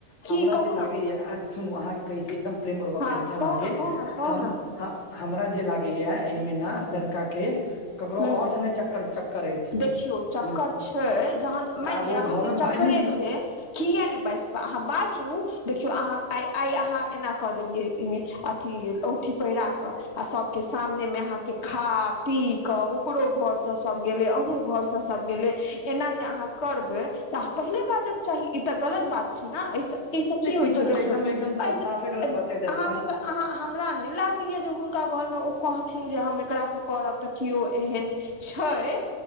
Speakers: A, on the left (about 20°); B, on the left (about 70°).
A: की
B: हमरा
A: कहू
B: जे लागै
A: ने
B: या सुनू, अहाँके कहै छी, एकदम प्रेमपूर्वक
A: हँ
B: कहै छी हम
A: कहू
B: अहाँके
A: ने कहू ने कहू
B: हम
A: ने
B: हमरा जे लागैए, एहिमे ने लड़का के ककरो
A: हूँ
B: आओर सङ्गे चक्कर। चक्कर अछि
A: देखियौ चक्कर
B: हम्म,
A: छै, जहन मानि
B: आब
A: लिअ
B: ओ
A: अहाँके
B: घर मे
A: चक्करे
B: बाज नहि
A: छै। किएक ने बाजि पऽ? अहाँ बाजू, देखियौ, अहाँ आइ एना कऽ देलियै। अथि, औँठी पहिरा कऽ, आ सभके सामनेमे अहाँके खा पी। कऽ ओकरो घरसँ सब गेलै, अहूँ घरसँ सभ गेलै, एना जे अहाँ करबै तऽ पहिने बाजऽ के चाही, ई तऽ गलत बात छै ने एहिसँ। एहिसँ की होइ
B: ई
A: छै,
B: तऽ
A: देखियौ,
B: एकदम एकदम
A: एहिसँ
B: साफे गलत बाते जखन
A: अहाँके तऽ। अहाँ हमरा नहि लागैए जे हुनका घरमे ओ कहथिन जे हम एकरा करब तऽ। केओ एहन छै।